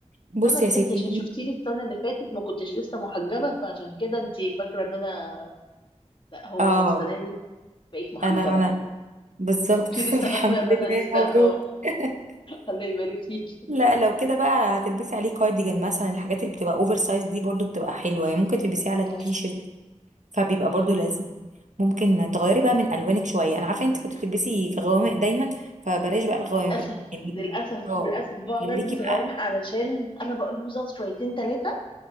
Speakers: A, on the right; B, on the left.
A: بصي
B: السنة اللي
A: يا ستي
B: فاتت عشان شفتيني السنة اللي فاتت ما كنتش لسه محجبة فعشان كده انت فاكرة ان انا لا هو
A: اه
B: السنة دي بقيت محجبة
A: انا ما انا
B: بقى
A: بالظبط
B: انت لسه
A: <laughs> طب الحمد
B: فاكره ان انا
A: لله
B: لسه
A: مبروك
B: اه
A: <laughs>
B: الله يبارك فيكي
A: لا لو كده بقى هتلبسي عليه كارديجان مثلا الحاجات اللي بتبقى اوفر سايز دي برضو بتبقى حلوه يعني ممكن تلبسيه على التيشيرت
B: اه
A: فبيبقى
B: ايوه
A: برضو لذيذ ممكن تغيري بقى من الوانك شويه انا عارفه انت كنت بتلبسي غوامق دايما فبلاش بقى الغوامق
B: للاسف
A: يعني
B: للاسف
A: اه
B: للاسف بقعد
A: خليكي
B: البس
A: بقى
B: غوامق علشان انا بقلوزه شويتين ثلاثه